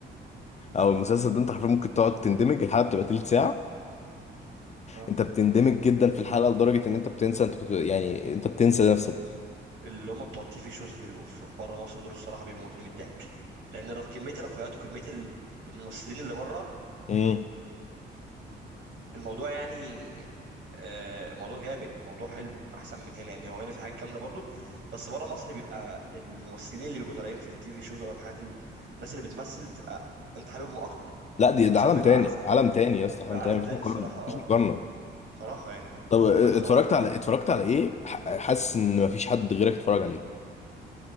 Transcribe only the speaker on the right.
آه.
اللي هم بتوع التيفي شوز اللي بيبقوا في بره مصر دول الصراحه بيموتوني من الضحك لان رف... كميه الرفاهيات وكميه ال- الممثلين اللي بره
الموضوع يعني آه، موضوع جامد موضوع حلو احسن من هنا يعني هو هنا في حاجات جامده برضو بس بره مصر بيبقى الممثلين اللي بيبقوا طالعين في التي في شوز او الحاجات ال- الناس اللي بتمثل بتبقى انت حاببهم اكتر
وتمثيلهم
بيبقى
احسن
فاهم
بيبقى
عالم
تاني
الصراحه
اه
صراحه يعني ما-
حتى
ورق